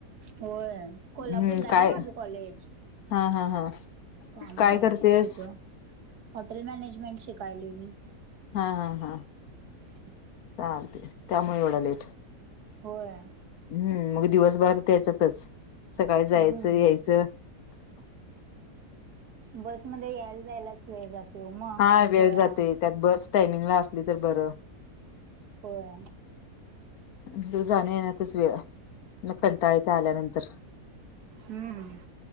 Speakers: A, on the right; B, on the left.
A: होय,
B: हम्म
A: कोल्हापूरला हाय
B: काय
A: ना माझं कॉलेज.
B: हा हा हा
A: त्यामुळ
B: काय करतेस
A: वेळ होतोय वो. हॉटेल मॅनेजमेंट शिकायलोय मी.
B: हां, हां, हां.
A: <unintelligible>
B: चालतय त्यामुळ एवढा लेट.
A: होय.
B: हम्म, मग दिवसभरात त्याच्यातच, सकाळी जायचं,
A: हम्म
B: यायचं.
A: बसमध्ये यायला, जायलाच वेळ जातोय वो मग
B: हा वेळ
A: सगळा.
B: जाते त्यात बस टायमिंगला असली तर बरं.
A: होय.
B: म्हणजे जाण्या-येन्यातच वेळ, मग कंटाळा येतय आल्यानंतर.
A: हम्म.